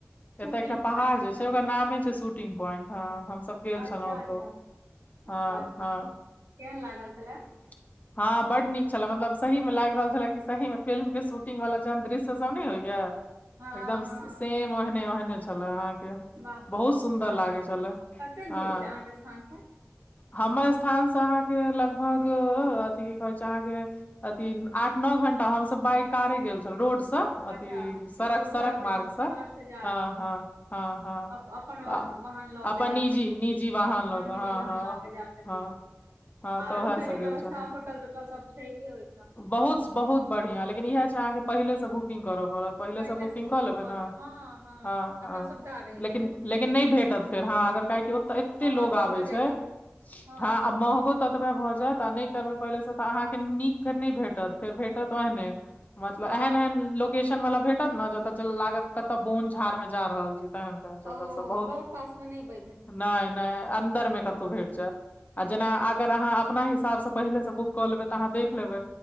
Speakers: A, on the right; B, on the left.
A: शूटिंग
B: एतय एकटा पहाड़
A: पर अच्छा
B: जे छै ओकर नामे छै शूटिंग पॉइंट ह हमसभ गेल
A: अच्छा
B: छलहुँ ओतौ
A: अच्छा अच्छा
B: हँ
A: अच्छा
B: हँ
A: केहन लागल छलै
B: <inaudible> हँ बड नीक छले मतलब सही मे लागि रहल छलै कि सही मे फिल्म के शूटिंग वालला जहन दृश्य सब नहि होइया
A: हँ
B: एकदम
A: हँ
B: सेम ओहने ओहने छलए अहाँके
A: वाह
B: बहुत सुन्दर
A: वाह
B: लागै छलै
A: कतेक
B: हँ
A: दूर छै अहाँके स्थान से
B: हमर स्थान से अहाँके लग लगभग अथी कि कहै छै अहांके आठ नओ घंटा हम बाइक कारे गेल छल रोडसँ
A: अच्छा
B: अथि सड़क
A: रोड
B: सड़क
A: से
B: मार्गसँ
A: जा सड़क से जा
B: हँ हँ हँ हँ
A: अप, अपन वा-
B: त
A: वाहन लऽ
B: अपन
A: के जा
B: निजी
A: सकै
B: निजी
A: छी
B: वाहन लऽकऽ
A: निजी
B: हँ
A: वाहन
B: हँ
A: लऽ के जा सकै
B: हँ
A: छी
B: हँ
A: आ
B: तऽ
A: रुकई
B: उएहसँ
A: के
B: गेल
A: व्यवस्था
B: छलहुँ
A: होटल तोटल सब छै ह होइ
B: बहुत बहुत बढ़ियां लेकिन इएह छै अहाँके पहिले से बुकिंग करय पड़त पहिलेसँ
A: पहिने
B: बुकिंग
A: से
B: कऽ लेबै ने
A: लिअ हँ
B: हँ
A: तखन
B: हँ
A: सुविधा रहै
B: लेकिन
A: छै
B: लेकिन नहि भेटत फेर हँ अगर काहेक तऽ एते
A: महगो
B: लोग आबै
A: भऽ जाइ
B: छै
A: हँ
B: ह महगो ततबा भऽ जाय नहि करबै पहिेले स तऽ अहान निक नई भेंटत फेर भेटत ओहने मतलब
A: हँ
B: एहन एहन लो केशन वाला भेटत ने जतऽ लागत कतऽ बोन झाड़ में जा रहल छी तहन जगह
A: ओ
B: सब बहुत
A: लग पास मे नहि भ
B: नय नय अन्दर मे कतहु भेट जायत आ
A: हँ
B: जेना अगर अहाँ अपना हिसाबसँ पहिले से बुक कऽ लेब तऽ अहाँ देख लेबै